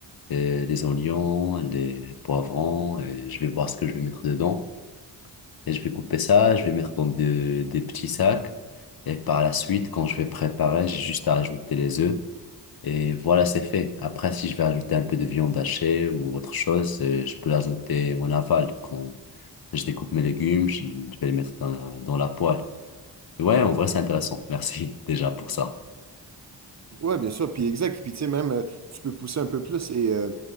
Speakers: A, on the left (about 55°); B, on the right (about 40°).
A: et les oignons, les poivrons, et je vais voir ce que je vais mettre dedans. Et je vais couper ça, je vais mettre dans de- des petits sacs. Et par la suite, quand je vais préparer, j'ai juste à ajouter les œufs. Et voilà, c'est fait. Après, si je vais ajouter un peu de viande hachée ou autre chose, euh, je peux l'ajouter en aval. Quand je découpe mes légumes, je je vais les mettre dans, dans la poêle. Ouais, en vrai, c'est intéressant. Merci <laughs> déjà pour ça.
B: Ouais, bien sûr, puis exact. Puis tu sais, même, euh, tu peux pousser un peu plus et, euh,